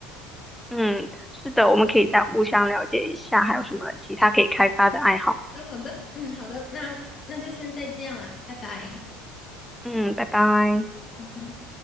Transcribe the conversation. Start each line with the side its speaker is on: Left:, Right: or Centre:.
Centre: <laughs> 嗯，是的，
Left: 嗯。好
Centre: 我们可以再互相了解一下，还有什么其他可以开发的爱好。
Left: 好的，好的，嗯，好的，那那就先再见啦，拜拜。
Centre: 嗯，拜拜。
Left: 好的。